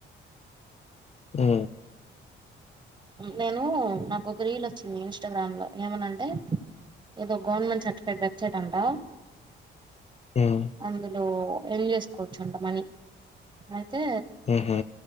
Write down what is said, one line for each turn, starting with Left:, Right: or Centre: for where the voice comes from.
Left: ఆ
Right: నేను నాకు ఒక రీల్ వచ్చింది. ఇన్స్టాగ్రామ్ లో ఏమనా అంటే, ఏదో గవర్నమెంట్ సర్టిఫికేట్ వెబ్సైట్ అంటా
Left: హ్మ్.
Right: అందులో ఎర్న్ చేసుకోవచ్చు, అంట మనీ అ అయితే
Left: ఉహు